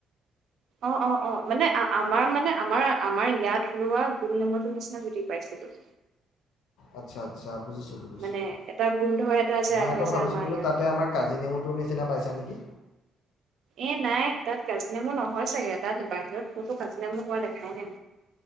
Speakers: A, on the right; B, on the left.
A: অ অ অ মানে আমাৰ মানে আমাৰ আমাৰ ইয়াত ৰোৱা গুল নম নিচিনা যদি পাইছিলো
B: আচ্ছা আচ্ছা বুজিছোঁ বুজিছোঁ
A: মানে এটা গোন্ধ এটা যে
B: মই
A: আহে
B: আকৌ
A: যে
B: ভাবিছোঁ
A: আমাৰ
B: বোলো
A: ইয়াত
B: তাতে আমাৰ কাজি নেমুটোৰ নিচিনা পাইছা নেকি
A: এ নাই তাত কাজ নামু নহয় চাগে তাত বাহিৰত ক'তো কাজি নামু হোৱা দেখাই নাই